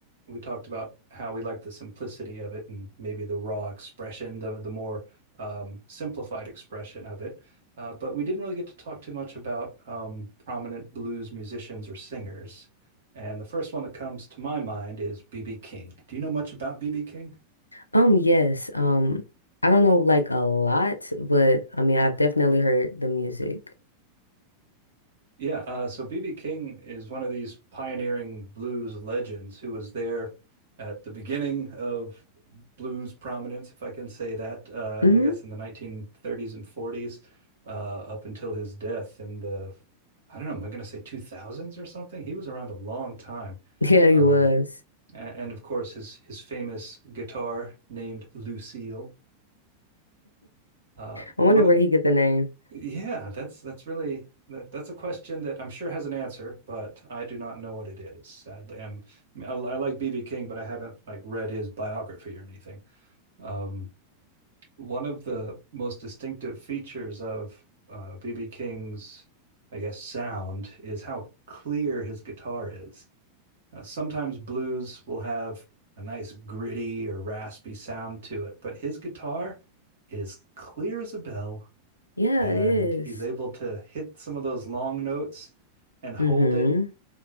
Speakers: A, on the right; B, on the left.
A: we talked about how we like the simplicity of it and maybe the raw expression, the the more um, simplified expression of it. Uh, but we didn't really get to talk too much about um, prominent blues musicians or singers. And the first one that comes to my mind is B.B. King. Do you know much about B.B. King?
B: Um, yes, um, I don't know like a lot, but I mean, I've definitely heard the music.
A: Yeah, uh, so B.B. King is one of these pioneering blues legends who was there at the beginning of blues prominence, if I can say that, uh,
B: Mm-hmm.
A: I guess
B: <laughs>
A: in the 1930s and 40s, uh, up until his death in the, I don't know, am I going to say 2000s or something? He was around a long time.
B: Yeah,
A: Um,
B: he was.
A: a- and, of course, his his famous guitar named Lucille. Uh,
B: I
A: one
B: wonder
A: of
B: where he get the name.
A: yeah, that's that's really that, that's a question that I'm sure has an answer, but I do not know what it is. Sadly, I'm, I, I like B.B. King, but I haven't like read his biography or anything. Um, one of the most distinctive features of uh, B.B. King's, I guess, sound is how clear his guitar is. Uh, sometimes blues will have a nice gritty or raspy sound to it, but his guitar is clear as a bell
B: Yeah,
A: and
B: it is.
A: he's able to hit some of those long notes and hold
B: Mm-hmm.
A: it